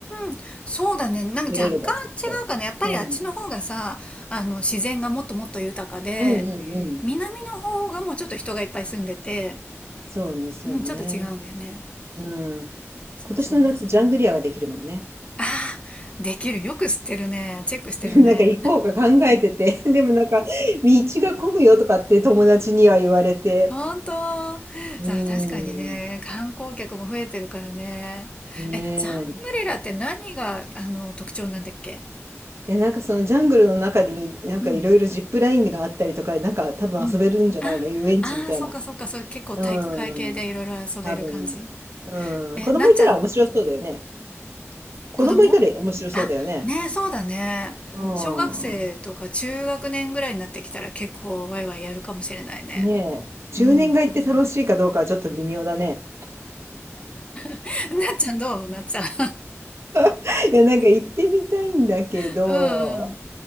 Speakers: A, on the left; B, on the right.
A: ーん、そうだね。なんか若干違うかな。
B: れる場所とか。
A: やっぱりあっちの方がさ、
B: うん。
A: あの、自然がもっともっと豊かで、
B: うんうんうん。
A: 南の方がもうちょっと人がいっぱい住んでて、
B: そうね、そうね。
A: うん、ちょっと違うんだよね。
B: うん。
A: そうそう。
B: 今年の夏、ジャングリアができるもんね。
A: ああ、できる。よく知ってるね。チェックしてるね。
B: <laughs> なんか行こうか考えてて、<laughs> でもなんか、道が混むよとかって友達には言われて。
A: ほんと。
B: うー
A: さあ、確かにね、
B: ん。
A: 観光客も増えてるからね。
B: ね
A: え、ジャングリラって何が、あの、特徴なんだっけ
B: え。え、なんかそのジャングルの中に、なんかいろいろジップラインがあったりとか、
A: うん。
B: なんか多分遊べるんじゃないの遊園地みたいな。
A: うん。あ、ああ、そっかそっか、それ結構体育会系でいろいろ遊べる感じ。
B: うん。多分。うん。
A: え、
B: 子供いたら面白そうだよね。
A: なっちゃん、ん
B: 子供いたら面白そうだよね。
A: 子供あ、ねえ、そうだね。
B: う
A: 小学生とか中学年ぐらいになってきたら結構ワイワイやるかもしれないね。
B: ん。ねえ、10年が行って楽しいかどうかはちょっと微妙だね。
A: うん。<laughs> なっちゃんどうなっちゃん。
B: <laughs> いや、なんか行ってみたいんだけど、
A: <laughs> うんうん。